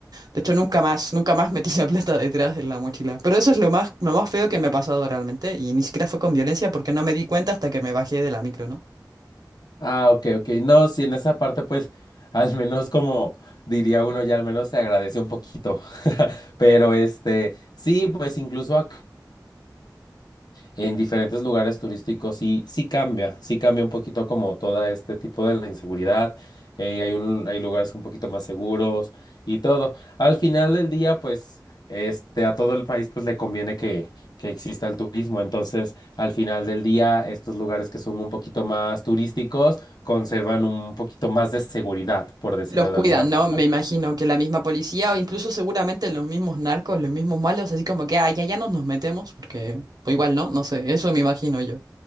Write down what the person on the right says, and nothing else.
De hecho, nunca más, nunca más metí la plata detrás de la mochila. Pero eso es lo más, lo más feo que me ha pasado realmente. Y ni siquiera fue con violencia porque no me di cuenta hasta que me bajé de la micro, ¿no?
Los cuidan,
¿no? Me imagino que la misma policía o incluso seguramente los mismos narcos, los mismos malos, así como que, ah, ya, ya nos nos metemos, porque pues igual, ¿no? No sé, eso me imagino yo.